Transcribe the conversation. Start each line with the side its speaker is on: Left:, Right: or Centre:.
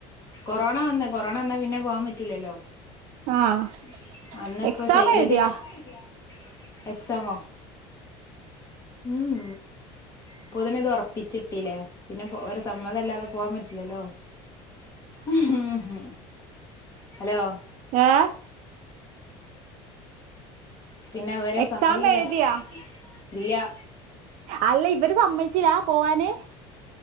Left: കൊറോണ വന്ന് കൊറോണ വന്നാൽ പിന്നെ പോവാൻ പറ്റൂലല്ലോ.
Right: ആഹ്
Left: ഉം അന്ന് ഇപ്പൊ
Right: എക്സാം
Left: ഷൈലജ
Right: എഴുതിയാ
Left: എക്സാം എഴുതിയോ, എക്സാമോ? ഉം അപ്പൊതന്നെ ഇത് ഉറപ്പിച്ചിട്ടില്ലേ പിന്നെ ഇപ്പൊ ഓരെ സമ്മതമല്ലാതെ പോവാൻ പറ്റില്ലല്ലോ. ഉം ഹലോ
Right: ഏഹ്
Left: പിന്നെ അവരെ
Right: എക്സാം
Left: സമ്മതമില്ലാതെ
Right: എഴുതിയാ
Left: എക്സാം എഴുതിയോ, ഇല്ല്യാ.
Right: അല്ല ഇവര് സമ്മതിച്ചില്ലേ പോവാനെ.